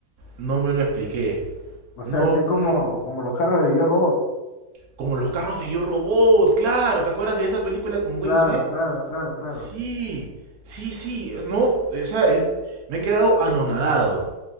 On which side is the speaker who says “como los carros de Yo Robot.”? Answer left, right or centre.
Left